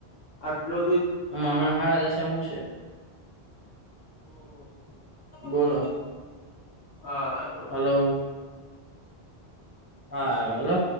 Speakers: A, on the left (about 70°); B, on the right (about 20°).
A: આટલું
B: હ, હમણા હાડા દશે મૂકશે.
A: હમ.
B: બોલો
A: હા.
B: હલો હા, હ, હલો.